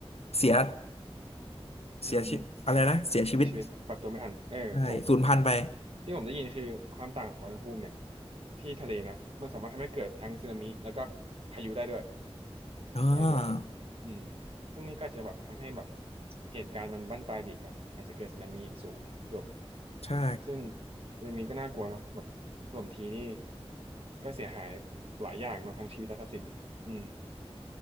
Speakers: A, on the left (about 75°); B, on the right (about 65°).
A: เสีย
B: อืมอืม
A: เสียชีอะไรนะเสียชีวิต
B: เสียชีวิตปรับตัวไม่ทันเออผม
A: ใช่สูญพันธุ์ไป
B: ที่ผมได้ยินคือความต่างของอุณหภูมิเนี่ยที่ทะเลนะมันสามารถทำให้เกิดทั้งสึนามิแล้วก็พายุได้ด้วย
A: อ่า
B: ทอร์นาโดอืมซึ่งนี่ก็จะแบบทำให้แบบเหตุการณ์มันบั้นปลายไปอีกเนาะอาจจะเกิดสึนามิสูงถล่ม
A: ใช่
B: ซึ่งสึนามิก็น่ากลัวเนาะแบบถล่มทีนี่ก็เสียหายหลายอย่างเนาะทั้งชีวิตและทรัพย์สินอืม